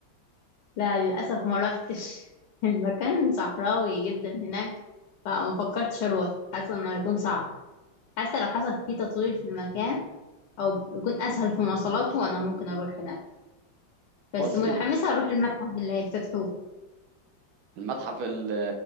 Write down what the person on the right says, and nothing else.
بص
المتحف ال